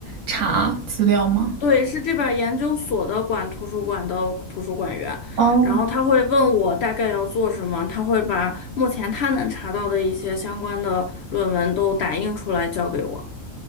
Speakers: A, on the right; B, on the left.
A: 查资料吗？
B: 对，是这边儿研究所的管图书馆的图书馆员，
A: 哦，
B: 然后他会问我大概要做什么，他会把目前他能查到的一些相关的论文都打印出来交给我。